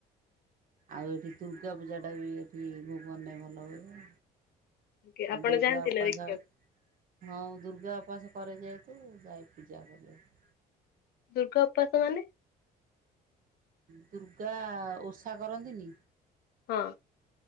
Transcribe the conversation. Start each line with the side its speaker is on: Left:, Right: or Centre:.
Right: ଆଉ ଏଠି ଦୁର୍ଗା ପୂଜାଟା ବି ଏଠି ଭୁବନେ ଭଲ ହୁଏ।
Left: ଆଜ୍ଞା ଆପଣ
Right: ଦୁର୍ଗା
Left: ଯାଆନ୍ତି
Right: ଅପାସ।
Left: ନା ଦେଖିବାକୁ
Right: ହଁ ଦୁର୍ଗା ଅପାସ କରେ ଯେହେତୁ ଯାଏ ପୂଜା କରିଆକୁ।
Left: ଦୁର୍ଗା ଉପାସ ମାନେ?
Right: ଦୁର୍ଗା ଓଷା କରନ୍ତିନି।
Left: ହଁ